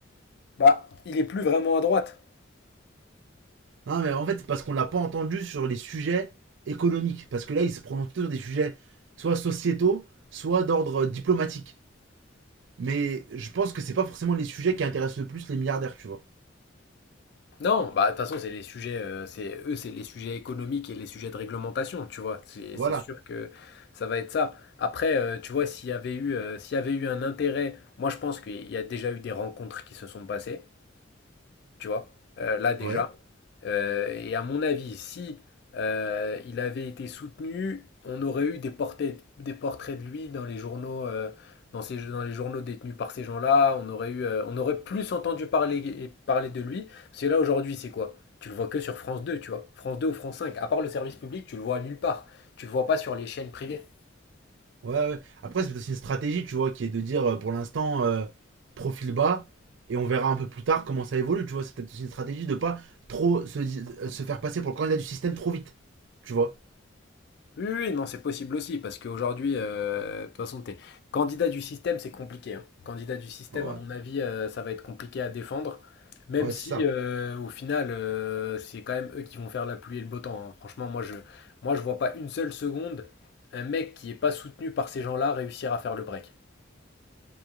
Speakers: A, on the left; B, on the right.
A: Bah, il est plus vraiment à droite.
B: Non, mais en fait, c'est parce qu'on ne l'a pas entendu sur les sujets économiques. Parce que là, il se prononce plutôt sur des sujets soit sociétaux, soit d'ordre euh, diplomatique. Mais je pense que c'est pas forcément les sujets qui intéressent le plus les milliardaires, tu vois.
A: Non, bah de toute façon, c'est les sujets, euh, c'est eux, c'est les sujets économiques et les sujets de réglementation, tu vois. C'est
B: Voilà.
A: c'est sûr que ça va être ça. Après, euh, tu vois, s'il y avait eu, euh, s'il y avait eu un intérêt, moi je pense qu'il y a déjà eu des rencontres qui se sont passées. tu vois, euh, là déjà.
B: Ouais.
A: Euh, et à mon avis, si euh, il avait été soutenu, on aurait eu des portraits, des portraits de lui dans les journaux, euh, dans ces- dans les journaux détenus par ces gens-là. On aurait eu, euh, on aurait plus entendu parler, parler de lui. Parce que là aujourd'hui, c'est quoi? Tu le vois que sur France 2, tu vois. France 2 ou France 5. À part le service public, tu le vois nulle part. Tu le vois pas sur les chaînes privées.
B: Ouais, ouais. Après, c'est aussi une stratégie, tu vois, qui est de dire euh, pour l'instant euh, profil bas et on verra un peu plus tard comment ça évolue, tu vois. C'est peut-être aussi une stratégie de pas trop se, di- euh, se faire passer pour le candidat du système trop vite, tu vois.
A: Oui, oui, oui, non, c'est possible aussi, parce qu'aujourd'hui, euh, de toute façon, t'es candidat du système, c'est compliqué. hein. Candidat du système,
B: Ouais,
A: à mon avis, euh, ça va être compliqué à défendre, même
B: ouais,
A: si
B: c'est ça.
A: euh, au final, euh, c'est quand même eux qui vont faire la pluie et le beau temps. hein. Franchement, moi, je, moi, je vois pas une seule seconde un mec qui est pas soutenu par ces gens-là réussir à faire le break.